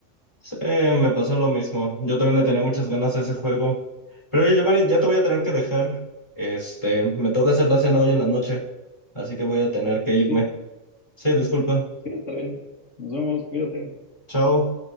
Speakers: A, on the left; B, on the left.
A: Sí, me pasó lo mismo. Yo también le tenía muchas ganas a ese juego. Pero oye, Giovanni, ya te voy a tener que dejar. Este, me toca hacer la cena hoy en la noche, así que voy a tener que irme.
B: Sí,
A: Sí, disculpa.
B: sí, está bien. Nos vemos, cuídate.
A: Chao.